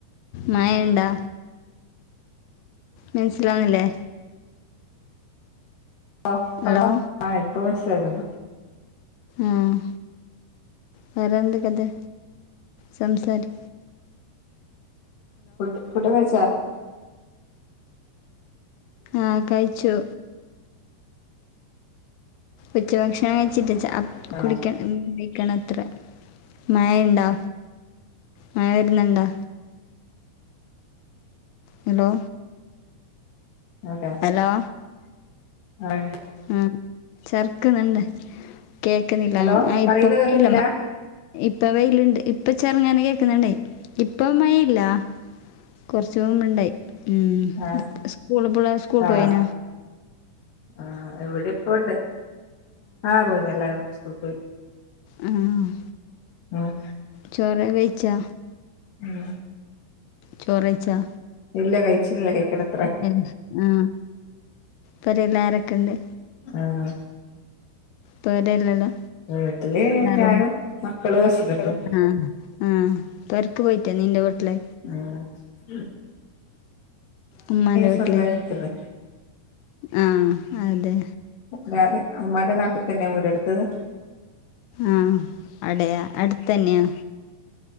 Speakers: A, on the left; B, on the left.
A: മയേണ്ടാ മൻസ്സിലാണ്ല്ലേ
B: ആ പർഞ്ഞോ
A: ഹലോ
B: ആ ഇപ്പൊ മൻസ്സ്ലായിന്നെല്ലാം
A: ആഹ് വേറെന്തെക്കത് സംസാരിക്
B: ഫുഡ് ഫുഡ് ഒക്കയ്ച്ചോ
A: ആ കഴിച്ചു ഉച്ച ഭക്ഷണം കഴിച്ചിട്ടച്ചാ അപ്
B: ആ
A: കുടിക്കൺ മ് മെയ് ക്കണത്രേ മയേണ്ടോ മയ വര് ന്ന് ണ്ടോ ഹെലോ
B: അതെ
A: ഹലോ
B: ആ ല്ല് <unintelligible>
A: ആ ചെർക്ക്ന്ന്ണ്ട് കേക്ക്ന്നില്ല
B: ഹലോ
A: അങ്ങൻ ആ ഇപ്പം
B: പറയുന്നത് കേൾക്കുന്നില്ല
A: ല്ല മാ ഇപ്പ വെയില്ണ്ട് ഇപ്പ ചെർങ്ങനെ കേക്ക്ന്ന്ണ്ടെ ഇപ്പ മയേയില്ല കുറച്ച് മുമ്പ് ണ്ടായി ഉം
B: ആ
A: സ്കൂൾ പുള്ളെ സ്കൂൾക്കോയീനാ
B: ആ ആ ഇവിടെപ്പണ്ട് ആഹ് പോയി എല്ലാരും സ്കൂൾക്കോയി
A: ആഹ്
B: ആഹ്
A: ചോറേ കയ്ച്ചാ
B: ഉം
A: ചോറെയ്ച്ചോ
B: ഇല്ല കഴിച്ല്ല കഴിക്കണം
A: എന്ത് ആ പെരേലാ രൊക്കെണ്ട്
B: ആഹ്
A: പെരേല്ലല്ലോ
B: വീട്ടില്
A: ആറും
B: ഞാനും മക്കളും ഹസ്ബൻഡും
A: <unintelligible> ആ ആഹ് പെര്ക്ക് പോയിറ്റ നിന്റെ വീട്ടില്
B: ആഹ്
A: ഉമ്മാന്റെ വീട്ടിലേക്ക്
B: സ്വന്തമായി നിൽക്കുന്നത്
A: ആഹ് അതെ
B: ഞാന് ഉമ്മാന്റെ നാട്ടി തന്നെയാ വീടെടുത്തത്
A: ആഹ് അടയ അടുത്തെന്നെയാ